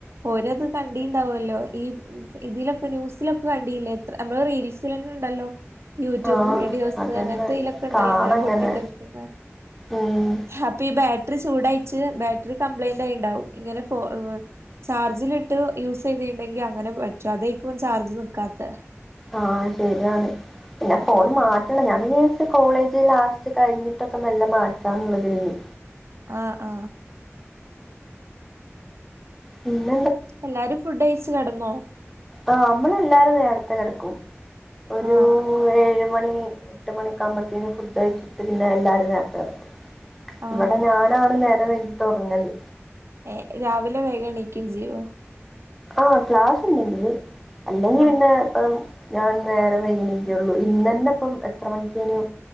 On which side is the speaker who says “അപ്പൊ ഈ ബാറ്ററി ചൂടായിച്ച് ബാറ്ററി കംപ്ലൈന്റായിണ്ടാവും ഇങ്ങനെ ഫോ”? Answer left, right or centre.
Right